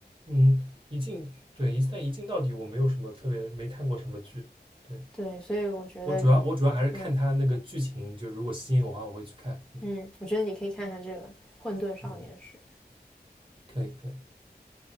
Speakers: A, on the right; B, in the centre.
A: 嗯，一镜，对，一但一镜到底我没有什么特别，没看过什么剧。
B: <laughs>
A: 对，
B: 对，所以我觉得，
A: 我主要我主要还是看他那个剧情，
B: 嗯嗯
A: 就如果吸引我的话，我会去看。嗯
B: 嗯，我觉得你可以看看这个《混沌少年时》。
A: 嗯，可以可以。